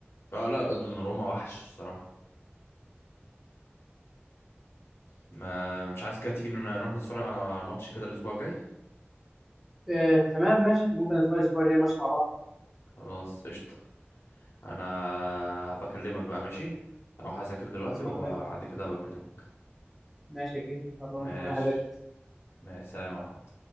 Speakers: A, on the left; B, in the centre.
A: اه لا لا، دوناروما وحش الصراحه ما مش عايز كده تيجي إن نروح نتفرج على ماتش كده الاسبوع الجاي
B: آه، تمام ماشي ممكن نتفرج الاسبوع الجاي ماتش مع بعض
A: خلاص قشطة انا بكلمك بقى ماشي اروح اذاكر دلوقتي
B: خلصانه
A: وبعد
B: ماشي
A: كده بكلمك
B: ماشي يا كريم يلا
A: ماشي
B: انا كمان هذاك
A: ماشي سلام يا احمد